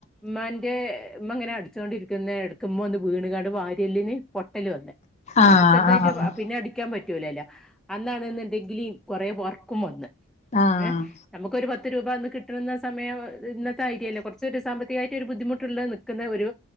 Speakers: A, in the centre; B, on the left.
A: ഉമ്മാന്റെ ഉമ്മ ഇങ്ങനെ അടിച്ചുകൊണ്ടിരിക്കുന്ന എടക്കുമ്മ ഒന്ന് വീണു ങ്കാട് വാര്യല്ലിന് പൊട്ടല് വന്ന്.
B: ആഹ്
A: ചെറുതായിട്ട് വ പിന്നെ അടി ക്കാൻ പറ്റൂലല്ലോ അന്നാണെന്നെങ്കിലി കുറെ വർക്കും വന്നു
B: ആഹ് ആഹ്
A: ഏ നമു ഒരു പത്ത് രൂപ ഒന്ന് കിട്ടണുന്ന സമയം ഇന്നത്തെ രിയല്ലേ കുറച്ച് സാമ്പത് <unintelligible> ബുദ്ധിമുട്ടുള്ളത് നിൽക്കുന്നവര്